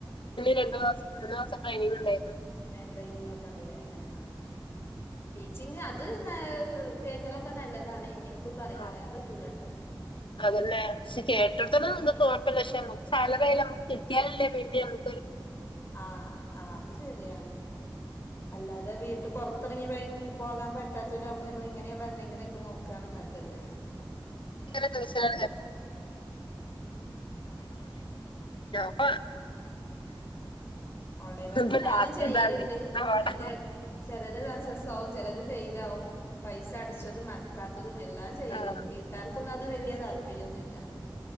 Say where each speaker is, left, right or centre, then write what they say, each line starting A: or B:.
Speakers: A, on the left; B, on the left.
A: രണ്ട് മാസം മൂന്ന് മാസം ട്രെയിനിങ് ഉണ്ടായിരുന്നു.
B: ഏ ട്രെയിനിങ് ഒക്കെ ഉണ്ടല്ലേ ആഹ് ആഹ്. ടീച്ചിങ് അത് കേക്കണൊക്കെ നല്ലതാണ് ഇനി പറ
A: ആഹ്
B: അറിയാൻ പറ്റൂലട്ടോ
A: അതല്ലേ കേട്ടടുത്ത നൊ <unintelligible> സാലറിയായി നമുക്ക് കിട്ടിയാലല്ലേ വേണ്ടി നമു
B: ആഹ് ആഹ് അത് ശരിയാണ്. അല്ലാതെ വീട്ടു പുറത്തിറങ്ങി പോകാൻ പറ്റാത്തവരാ ആകുമ്പോൾ നമ്മൾ ഇങ്ങനെയുള്ള എന്തെങ്കിലുമൊക്കെ നോക്കുകാണ് നല്ലത്.
A: ഇങ്ങനെ ദിവസല്ല <unintelligible>
B: ആഹ് ഓൺലൈൻ വർക്ക്
A: ഇപ്പൊ
B: ഞാനും
A: ലാസ്റ്റ്
B: ചെയ്യലുണ്ട്
A: ഇതാണ് എന്താ പാട്
B: അതിന്റെ ചില ചിലത് ഫെയിൽ ആവും. പൈസ അടച്ചതും അടക്കാ തും എല്ലാം ചെയ്യല്ലുണ്ട്
A: ആഹ്
B: വീട്ടാർക്ക് ത്ത് വലിയതാണ്. താല്പ്പര്യമൊന്നുമില്ല